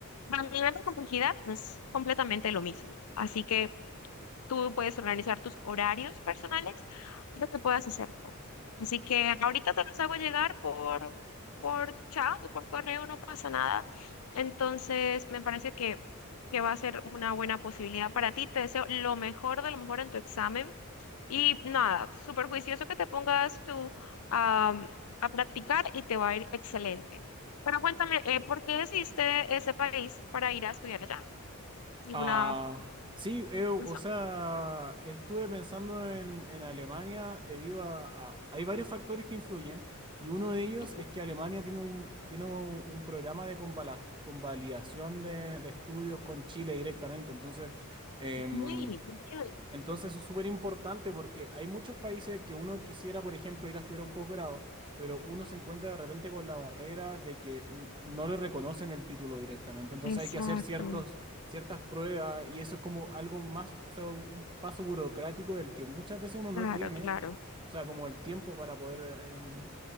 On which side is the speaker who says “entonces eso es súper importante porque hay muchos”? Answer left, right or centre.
Right